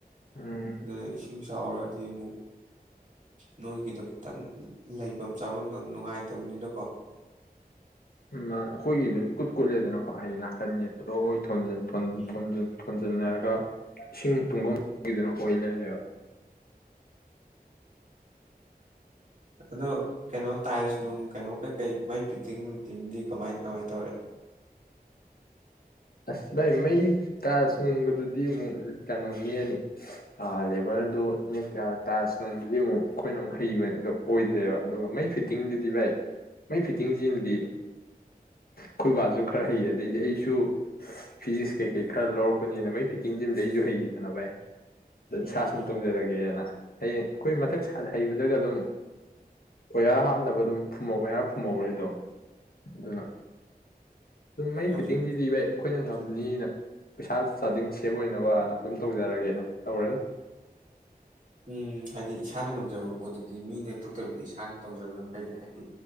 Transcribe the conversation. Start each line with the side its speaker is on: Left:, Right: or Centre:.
Left: ꯎꯝ
Right: ꯑꯗꯨꯗ ꯏꯁꯤꯡ ꯆꯥꯎꯔꯛꯑꯗꯤ ꯑꯃꯨꯛ ꯅꯣꯏꯒꯤꯗꯣ ꯈꯤꯇꯪ ꯂꯩꯐꯝ ꯆꯥꯐꯝꯗꯣ ꯅꯨꯡꯉꯥꯏꯇꯕꯅꯤꯅꯀꯣ
Left: ꯎ ꯑꯩꯈꯣꯏꯒꯤꯗꯨ ꯏꯀꯨꯠ ꯀꯨꯠꯂꯦꯗꯅꯀꯣ ꯍꯥꯏꯗꯤ ꯅꯥꯀꯟ ꯌꯦꯣꯏ ꯊꯣꯟꯖꯤꯟ
Right: ꯎꯝ
Left: ꯊꯣꯟꯖꯤꯟꯅꯔꯒ ꯏꯁꯤꯡ ꯇꯨꯡꯐꯝꯗꯨꯅ ꯑꯣꯏ ꯂꯩꯔꯦꯕ
Right: ꯑꯗꯣ ꯀꯩꯅꯣ ꯇꯥꯏꯜꯁ ꯅꯨꯡ ꯀꯩꯅꯣ ꯀꯩꯀꯩ ꯃꯩ ꯐꯤꯠꯇꯤꯡ ꯇꯤꯡꯗꯤ ꯀꯃꯥꯏ ꯀꯃꯥꯏꯅ ꯇꯧꯔꯦ
Left: ꯑꯁ ꯚꯥꯏ ꯃꯩ ꯇꯥꯏꯜꯁ ꯅꯨꯡꯒꯗꯨꯗꯤꯃꯨꯛ ꯀ ꯩꯅꯣ ꯅꯅꯤ ꯑ ꯂꯦꯕꯔꯗꯨ ꯅꯦꯛꯇ ꯌꯥꯔꯣꯏ ꯇꯥꯏꯜꯁ ꯅꯨꯡꯗꯨꯗꯤ ꯑꯃꯨꯛ ꯑꯩꯈꯣꯏꯅ ꯑꯃꯨꯛ ꯍꯩꯕꯗꯣ ꯑꯣꯏꯗ꯭ꯔꯦꯕ ꯑꯗꯨꯒ ꯃꯩ ꯐꯤꯠꯇꯤꯡꯗꯨꯗꯤ ꯚꯥꯏ ꯃꯩ ꯐꯤꯠꯇꯤꯡꯁꯤꯃꯗꯤ ꯑꯩꯈꯣꯏꯕꯥꯁꯨ ꯈꯔ ꯍꯩ ꯑꯗꯩꯗꯤ ꯑꯩꯁꯨ ꯐꯤꯖꯤꯛꯁ ꯀꯩꯀꯩ ꯈꯔ ꯂꯧꯔꯛꯄꯅꯤꯅ ꯃꯩ ꯐꯤꯠꯇꯤꯡ ꯖꯤꯝꯗ ꯑꯩꯁꯨ ꯍꯩꯔꯤꯗꯅ ꯚꯥꯏ ꯑ
Right: ꯎꯝ
Left: ꯏꯁꯥ ꯁꯨꯝ
Right: ꯎꯝ
Left: ꯇꯧꯖꯔꯒꯦꯅ ꯍꯌꯦꯡ ꯑꯩꯈꯣꯏ ꯃꯊꯛ ꯍꯩꯕꯗꯒ ꯑꯗꯨꯝ ꯑꯣꯌꯥꯥꯔ ꯍꯥꯞꯅꯕ ꯑꯗꯨꯝ ꯐꯨꯝꯧ ꯑꯣꯌꯥꯔ ꯐꯨꯝꯍꯧꯔꯦ ꯑꯗꯨꯝ ꯑꯗꯨꯅ ꯑꯗꯨꯝ ꯃꯩ
Right: ꯍꯧꯖꯤꯛꯄꯨꯗꯤ
Left: ꯐꯤꯠꯇꯤꯡꯒꯤꯗꯤ ꯚꯥꯏ ꯑꯩꯈꯣꯏꯅ ꯉꯝꯃꯦ ꯃꯤꯅ ꯄꯩꯁꯥ ꯆꯥꯗꯤꯡ ꯁꯦꯞ ꯑꯣꯏꯅꯕꯅ ꯑꯗꯨꯝ ꯇꯧꯖꯔꯒꯦ ꯇꯧꯔꯅꯤ
Right: ꯎꯝ ꯍꯥꯏꯗꯤ ꯏꯁꯥꯅ ꯉꯝꯖꯕ ꯄꯣꯠꯇꯨꯗꯤ ꯃꯤꯅ ꯍꯛꯇꯣꯛꯇꯕꯤꯗꯤ ꯏꯁꯥꯅ ꯇꯧꯖꯕꯅ ꯐꯩꯗ ꯍꯥꯏꯗꯤ